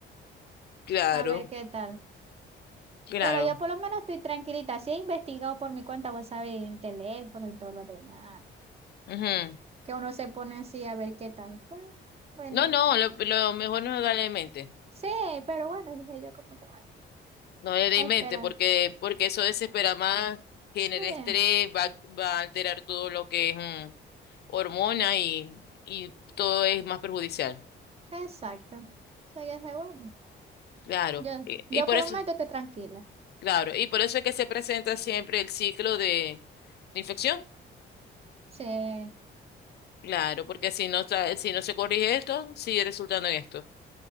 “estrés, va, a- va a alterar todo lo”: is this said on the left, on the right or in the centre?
Left